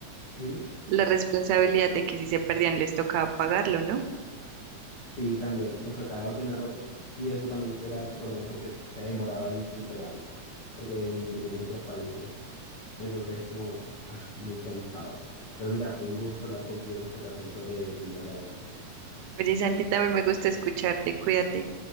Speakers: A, on the left; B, on the right.
A: Dime.
B: la responsabilidad de que si se perdían les tocaba pagarlo, ¿no?
A: Sí, también nos tocaba ordenar otros y eso también era un problema porque se demoraba en entregarlos, porque en- venían de otros países. Entonces, como, ah, muy cansado. Pero mira, fue un gusto hablar contigo en esta ocasión sobre tu vida laboral.
B: Oye, Santi, también me gusta escucharte, cuídate.